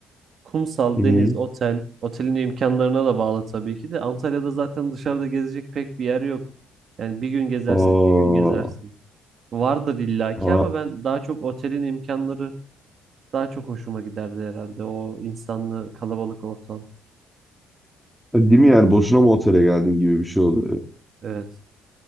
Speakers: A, on the right (about 55°); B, in the centre.
A: Kumsal,
B: Hı
A: deniz,
B: hı.
A: otel. Otelin imkanlarına da bağlı tabii ki de. Antalya'da zaten dışarıda gezecek pek bir yer yok. Yani bir gün gezersin,
B: Aa,
A: iki gün gezersin. Vardır illaki
B: aa.
A: ama ben daha çok otelin imkanları daha çok hoşuma giderdi herhalde. O insanlı kalabalık ortam.
B: Değil mi yani boşuna mı otele geldin gibi bir şey oluyor.
A: Evet.